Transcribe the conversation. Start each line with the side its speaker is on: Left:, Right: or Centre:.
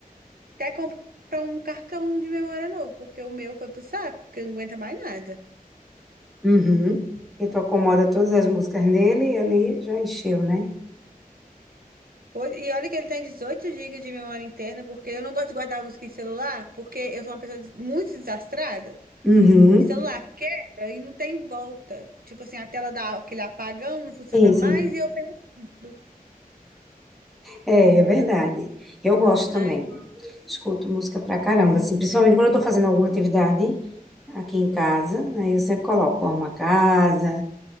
Right: Até comprar um cartão de memória novo, porque o meu foi pro saco, porque não aguenta mais nada.
Centre: Uhum. Porque tu acomoda todas as músicas dele e ali já encheu, né?
Right: Ho- E olha que ele tem 18 gigas de memória interna, porque eu não gosto de guardar música em celular, porque eu sou uma pessoa des- muito desastrada.
Centre: Uhum.
Right: Celular quebra e não tem volta. Tipo assim, a tela dá aquele apagão, não funciona
Centre: Sim,
Right: mais
Centre: sim.
Right: e eu perco tudo.
Centre: É, é verdade. Eu gosto também.
Right: Ai,
Centre: Escuto música pra caramba, assim, principalmente quando eu tô fazendo alguma atividade aqui em casa, aí eu sempre coloco uma casa.